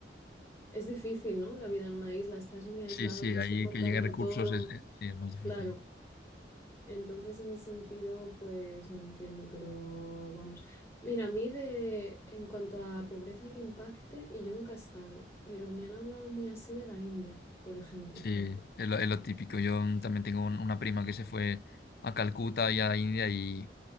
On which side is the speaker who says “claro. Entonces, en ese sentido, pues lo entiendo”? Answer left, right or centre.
Left